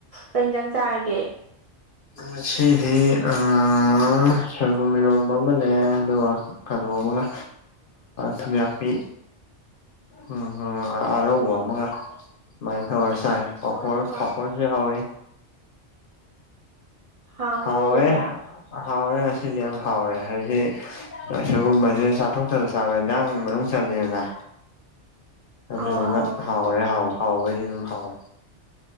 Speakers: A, on the right; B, on the left.
A: ꯂꯦꯡꯖꯪ ꯆꯥꯔꯒꯦ
B: ꯉꯁꯤꯗꯤ ꯑꯥ ꯁꯣꯏꯕꯨꯝ ꯏꯔꯣꯝꯕ ꯑꯃꯅꯦ ꯑꯗꯨꯒ ꯀꯩꯅꯣ ꯑꯃꯒ ꯊꯨꯝꯌꯥꯥꯛꯄꯤ ꯎꯝ ꯑꯔꯧꯕ ꯑꯃꯒ ꯑꯗꯨꯃꯥ ꯇꯧꯔ ꯆꯥꯏ ꯀꯐꯔ
A: ꯑꯣ ꯍꯥꯎ
B: ꯀꯐꯣꯔꯁꯤ ꯀꯥꯎꯋꯦ
A: ꯍꯥꯎꯅꯤꯅꯦ
B: ꯍꯥꯎꯋꯦ
A: ꯑꯗꯨꯗꯤ
B: ꯍꯥꯎꯋꯦ ꯑꯁꯤꯅꯤ ꯌꯥꯝ ꯍꯥꯎꯋꯦ ꯍꯧ ꯁꯣꯏꯕꯨꯝꯁꯤꯗ ꯆꯥꯊꯣꯛꯇꯥ ꯅꯥ ꯆꯥꯕ ꯏꯟꯖꯥꯡ ꯃꯅꯨꯡ ꯆꯜꯂꯤꯅ
A: <inaudible>
B: ꯑꯗꯨꯗꯨꯅ
A: ꯑꯧ
B: ꯍꯥꯎꯔꯦ ꯍꯥꯎ ꯍꯥꯎꯕꯩꯗꯤ ꯑꯗꯨꯝ ꯍꯥꯎꯋꯦ